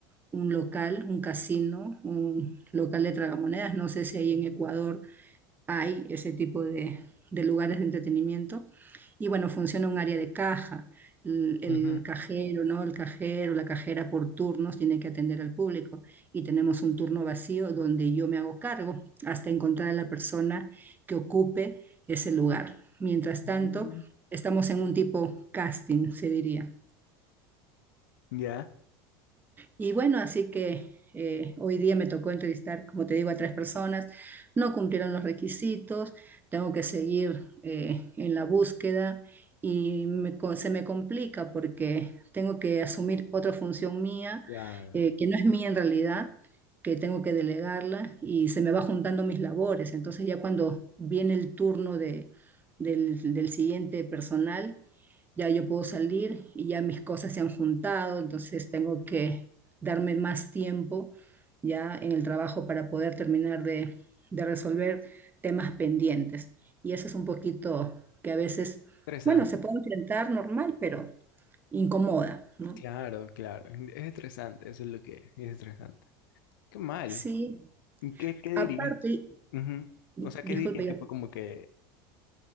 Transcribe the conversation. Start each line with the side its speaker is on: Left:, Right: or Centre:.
Right: un local, un casino, un local de tragamonedas, no sé si ahí en Ecuador hay ese tipo de, de lugares de entretenimiento. Y bueno, funciona un área de caja. El, el
Left: ujú.
Right: cajero, ¿no? El cajero, la cajera por turnos tiene que atender al público y tenemos un turno vacío donde yo me hago cargo hasta encontrar a la persona que ocupe ese lugar. Mientras
Left: Mm,
Right: tanto, estamos en un tipo casting, se diría.
Left: Ya,
Right: Y bueno, así que eh, hoy día me tocó entrevistar, como te digo, a tres personas. No cumplieron los requisitos, tengo que seguir eh, en la búsqueda y me co- se me complica porque tengo que asumir otra función mía,
Left: claro.
Right: eh, que no es mía en realidad, que tengo que delegarla y se me va juntando mis labores. Entonces ya cuando viene el turno de, del, del siguiente personal, ya yo puedo salir y ya mis cosas se han juntado, entonces tengo que darme más tiempo ya en el trabajo para poder terminar de, de resolver temas pendientes. Y eso es un poquito que a veces,
Left: Estresante.
Right: bueno, se puede enfrentar normal, pero incomoda, ¿no?
Left: Claro, claro. Es estresante, eso es lo que es. Es estresante. Qué mal.
Right: Sí,
Left: ¿Y ¿Qué, qué dirías?
Right: aparte,
Left: Ujú.
Right: y-
Left: O sea, ¿qué
Right: disculpe,
Left: dirías que
Right: ya
Left: fue como que,